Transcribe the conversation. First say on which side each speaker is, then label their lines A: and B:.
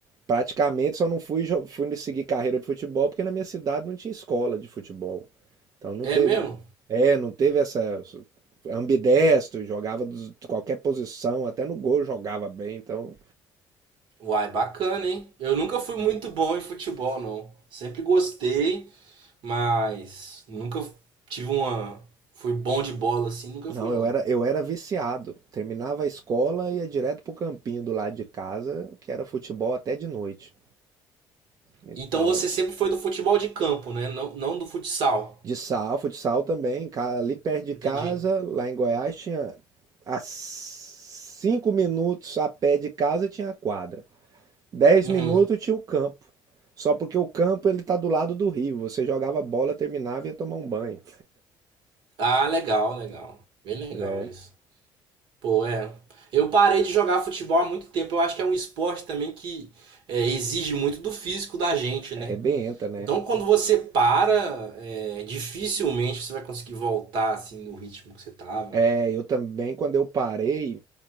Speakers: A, on the right; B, on the right.
A: praticamente só não fui, jo- fui seguir carreira de futebol porque na minha cidade não tinha escola de futebol. Então não
B: É
A: teve,
B: mesmo?
A: é, não teve essa ambidestro, jogava dos- de qualquer posição, até no gol jogava bem, então
B: Uai, bacana, hein? Eu nunca fui muito bom em futebol, não. Sempre gostei, mas nunca tive uma. Fui bom de bola assim, nunca
A: Não,
B: fui, não.
A: eu era, eu era viciado. Terminava a escola e ia direto pro campinho do lado de casa, que era futebol até de noite. Então,
B: Então você sempre foi do futebol de campo, né? Não, não do futsal.
A: de sal, futsal também, ca- ali perto de
B: Entendi.
A: casa, lá em Goiás, tinha a cinco minutos a pé de casa tinha a quadra. dez
B: Uhum.
A: minutos tinha o campo. Só porque o campo ele tá do lado do rio. Você jogava bola, terminava e ia tomar um banho.
B: Ah, legal, legal. Bem legal
A: É,
B: isso. Pô, é. Eu parei de jogar futebol há muito tempo. Eu acho que é um esporte também que é, exige muito do físico da gente, né?
A: arrebenta, né?
B: Então, quando você para, é, dificilmente você vai conseguir voltar assim no ritmo que você tava.
A: É, eu também, quando eu parei,